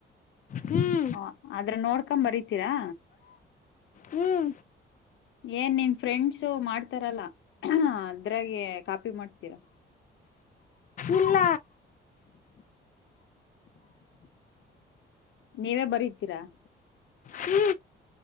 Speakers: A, on the left; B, on the left.
A: ಹ್ಞೂ
B: ಹ ಆದ್ರ ನೋಡ್ಕೊಂಬ ಬರಿತೀರಾ
A: ಹ್ಞೂ ಹ್ಞೂ
B: ಏನ್ ನಿನ್ ಫ್ರೆಂಡ್ಸು ಮಾಡ್ತಾರಲ್ಲ ಅದ್ರಾಗೆ ಕಾಪಿ ಮಾಡ್ತೀರಾ
A: ಇಲ್ಲ
B: ನೀವೇ ಬರಿತೀರಾ
A: ಹ್ಞೂ